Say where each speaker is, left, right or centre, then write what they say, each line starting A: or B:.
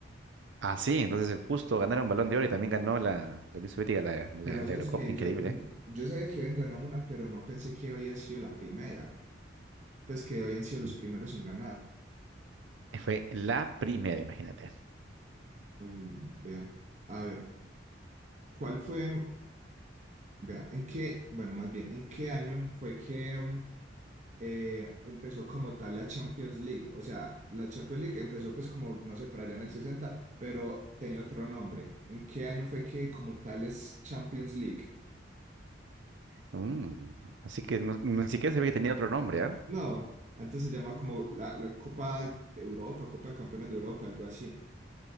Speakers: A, on the right (about 75°); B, on the right (about 40°).
A: Ah, sí, entonces eh, justo ganaron Balón de Oro y también
B: Y-
A: ganó la, la Unión Soviética la, la,
B: Pero
A: la
B: sabes
A: Eurocopa,
B: que
A: increíble.
B: yo, mm, yo sabía que habían ganado una, pero no pensé que había sido la primera. Pues que habían sido los
A: ¿eh?
B: primeros en ganar.
A: Y Fue la primera, imagínate.
B: Uy, vea. A ver, ¿cuál fue? Vea, ¿en qué? Bueno, más bien, ¿en qué año fue que mm, eh, empezó como tal la Champions League? O sea, la Champions League empezó pues como, no sé, por allá en el 60 pero tenía otro nombre. ¿En qué año fue que como tal es Champions League?
A: Mm, Así que no- ni siquiera sabía que tenía otro nombre, ¿ah?
B: No, antes se llama como la, la Copa de Europa, Copa de Campeones de Europa, algo así.